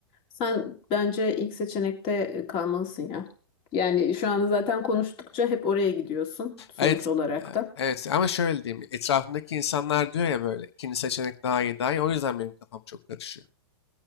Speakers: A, on the left (about 35°); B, on the left (about 70°).
A: Sen bence ilk seçenekte kalmalısın ya. Yani şu anda zaten konuştukça hep oraya gidiyorsun sonuç
B: Evet,
A: olarak
B: yani
A: da.
B: evet ama şöyle diyeyim. Etrafımdaki insanlar diyor ya böyle ikinci seçenek daha iyi daha iyi. O yüzden benim kafam çok karışıyor.